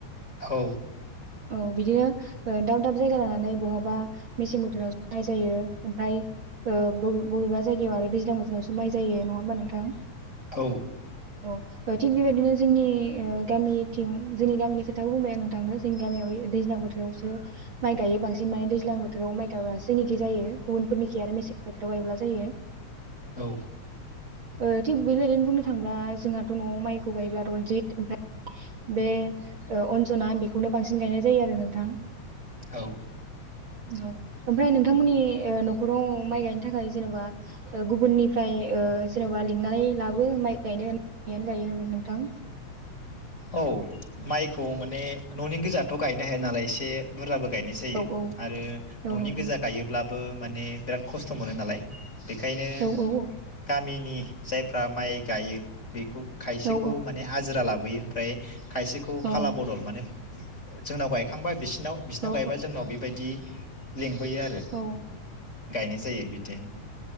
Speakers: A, on the left; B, on the right.
A: औ
B: औ बिदिनो ओ दाब दाब जायगा लानानै बहाबा मेसें बोथोरावसो माइ जायो ओमफाय, ओ बबे बबेबा जायगायाव आरो दैज्लां बोथोरावसो माइ जायो नङा होमबा नोंथां,
A: औ
B: अ ओ थिग बेबायदिनो जोंनि ओ गामिथिं जोंनि गामिनि खोथाखौ बुंबाय आं नोंथांनो। जोंनि गामियाव दैज्लां बोथोरावसो माइ गायो बांसिन माने दैज्लां बोथोराव माइ गाइबा जोंनिखि जायो गुबुनफोरनिखि आरो मेसें बोथोराव गायोब्ला जायो।
A: औ
B: ओ थिग बेबायदिनो बुंनो थांब्ला जोंहाथ' न'आव माइखौ गायोब्ला रनजित ओमफ्राय बे ओ अनजना बेखौनो बांसिन गायनाय जायो आरो नोंथां।
A: औ
B: औ ओमफाय नोंथांमोननि ओ न'खराव, माइ गायनो थाखाय जेन'बा ओ गुबुननिफ्राय ओ जेनेबा लिंनानै लाबो माइ गायनो गायो नोंथां।
A: औ माइखौ माने न'नि गोजाथ' गायनो हाया नालाय एसे बुरजाबो, गायनाय जायो
B: औ औ
A: आरो न'नि
B: औ नंगौ
A: गोजा गायोब्ला बो माने बिराद खस्थ' मोनो नालाय बेखायनो
B: औ औ
A: गामिनि जायफ्रा माइ गायो बेखौ खायसेखौ
B: औ
A: माने ज्रा लाबोयो ओमफ्राय खायसेखौ
B: औ
A: फाला बदल माने जोंनाव गायखांबा बिस नाव बिसनाव
B: औ
A: गायोबा जोंनाव बेबायदि लिंक बोयो आरो
B: औ
A: गायनाय जायो बिदिनो।